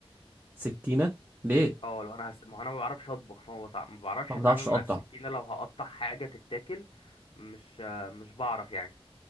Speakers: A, on the right; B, on the left.
A: سكينه ليه
B: اه لو انا هست... ما هو انا ما بعرفش اطبخ فما بتع... ما بعرفش
A: ما بتعرفش
B: اتعامل
A: تقطع
B: مع السكينه لو هقطع حاجه تتاكل مش آه، مش بعرف يعني